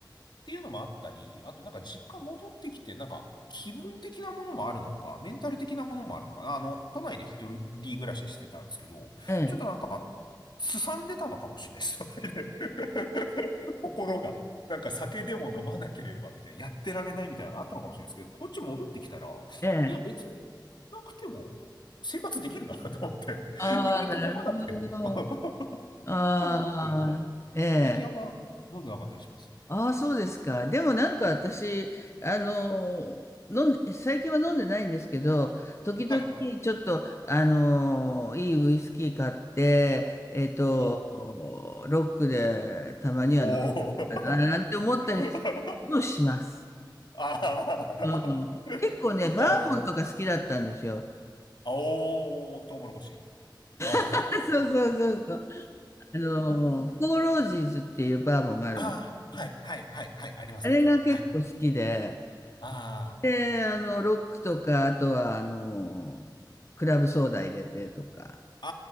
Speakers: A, on the left (about 70°); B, on the left (about 35°).
A: ていうのもあったり、あとなんか実家戻ってきて、なんか気分的なものもあるのか、メンタル的なものもあるのか、あの、都内で一人暮らししてたんですけど、
B: ええ。
A: ちょっとなんか、すさんでたのかもしれないです、都内で <laughs> 心が。なんか酒でも飲まなければみたいな、やってられないみたいなのがあったのかもしれないですけど、こっち戻ってきたら、
B: ええ。
A: いや別になくても生活できるなと思って、
B: ええああ、
A: 意外と飲まなくても
B: なるほど。
A: <laughs>
B: ああ、
A: と思ってやっぱ、
B: ええ。
A: 最近あんま飲んでなかったりします。
B: ああ、そうですか。でもなんか私、あのー飲んで、最近は飲んでないんですけど、時々ちょっと、
A: はい。
B: あのーいいウイスキー買って、えっと、
A: お、
B: ロックでたまには飲む
A: おー。
B: かな、なんて思ったり
A: <laughs>
B: もします。
A: あ
B: うん、
A: あ。
B: 結構ね、バーボンとか好きだったんですよ。
A: あの、青トウモロコシ。あ
B: <laughs> そうそうそうそう。あのー、
A: あ。
B: フォーロージーズっていうバーボンがあるんですけど。
A: ああ、はい、はい、はい、はい、ありません。
B: あれが結構好きで、
A: はい。あ
B: で、あの、ロックとか、あとは、あの、クラブソーダ入れてとか。
A: あ、